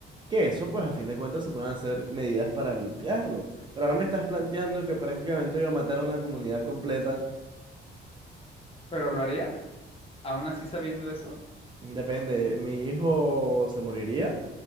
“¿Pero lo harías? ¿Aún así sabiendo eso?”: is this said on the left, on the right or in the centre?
Left